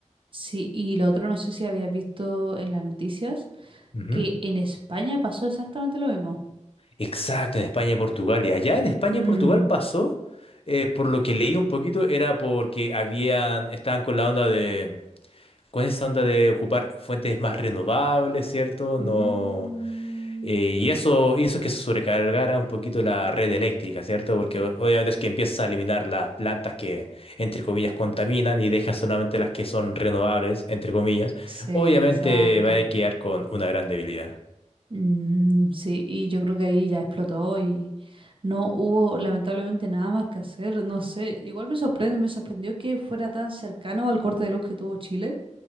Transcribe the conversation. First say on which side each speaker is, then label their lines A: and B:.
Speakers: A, on the right; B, on the left.
A: Sí, y lo otro no sé si habías visto en las noticias.
B: Ujú.
A: que en España pasó exactamente lo mismo.
B: Exacto, en España y Portugal. Y allá en España
A: Mm.
B: y Portugal pasó, eh, por lo que leí un poquito, era porque habían, estaban con la onda de, con esa onda de ocupar fuentes más renovables, ¿cierto?
A: Mm.
B: No. Eh, y eso hizo que se sobrecargara un poquito la red eléctrica, ¿cierto? Porque o- obviamente es que empiezas a eliminar las plantas que, entre comillas, contaminan y dejas solamente las que son renovables, entre comillas.
A: Sí,
B: Obviamente
A: exacto.
B: va a quedar con una gran debilidad.
A: Mm, sí, y yo creo que ahí ya explotó y no hubo lamentablemente nada más que hacer, no sé, igual me sorprende, me sorprendió que fuera tan cercano al corte de luz que tuvo Chile,